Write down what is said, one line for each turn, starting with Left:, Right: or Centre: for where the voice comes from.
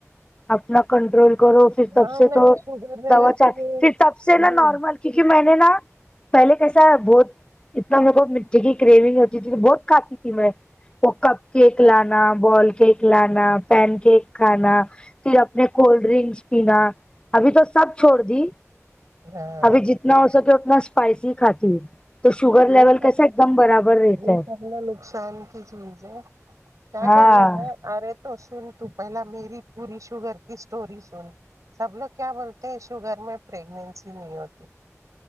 Left: اپنا کنٹرول کرو پھر تب
Right: ہاں
Left: سے
Right: نہیں
Left: تو
Right: شوگر رہے
Left: دوا
Right: گا تو
Left: چا
Right: یہ
Left: پھر تب سے
Right: نہیں
Left: نا نارمل کیونکی میں نے نا پہلے کیسا بہت اتنا میر کو مٹی کی کرونگ ہوتی تھی بہت کھاتی تھی میں وہ کپ کیک لانا بال کیک لانا پین کیک کھانا تی اپنے کولڈ ڈرنکس پینا ابھی تو سب چھوڑ دی
Right: ہاں
Left: ابھی جتنے جتنا ہو سکے اتنا اسپائسی کھاتی ہوں تو شوگر
Right: یے
Left: لیول
Right: سب
Left: کیسا ایک دم برابر رہتا
Right: یے
Left: ہے
Right: سب نا نقصان کی چیز ہے کیا
Left: ہاں
Right: کرنے کا ارے تو سن تو پہلا میری پوری شوگر کی اسٹور سن سب لوگ کیا بولتے ہیں شوگر میں پریگننسی نہیں ہوتی